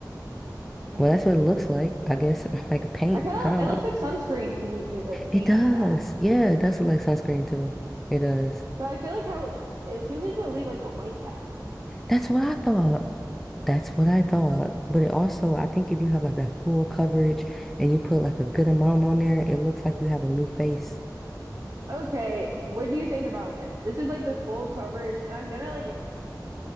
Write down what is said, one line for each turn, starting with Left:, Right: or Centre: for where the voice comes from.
Right: interesting?
Centre: Well, that's what it looks like, I guess, <laughs> like a paint.
Right: I kind
Centre: I don't
Right: of it
Centre: know.
Right: looks like sunscreen to me too, like paint.
Centre: It does.
Right: Yeah.
Centre: Yeah, it does look like sunscreen too. It does.
Right: But I feel like how it seems like it would leave like a white cast.
Centre: That's what I thought. That's what I thought. But it also, I think if you have like that full coverage and you put like a good amount on there, it looks like you have a new face.
Right: Okay, what do you think about this? This is like the full coverage, and I've done it like a,